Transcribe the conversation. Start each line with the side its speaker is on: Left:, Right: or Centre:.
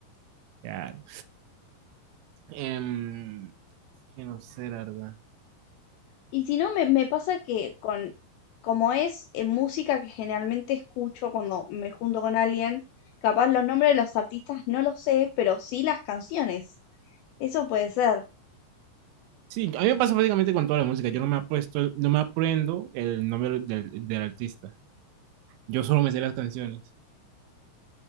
Right: Claro. Em, que no sé, la verdad.
Left: Y si no, me, me pasa que con, como es eh, música que generalmente escucho cuando me junto con alguien, capaz los nombres de los artistas no los sé, pero sí las canciones. Eso puede ser.
Right: Sí, a mí me pasa prácticamente con toda la música. Yo no me apuesto, no me aprendo el nombre del, del artista. Yo solo me sé las canciones.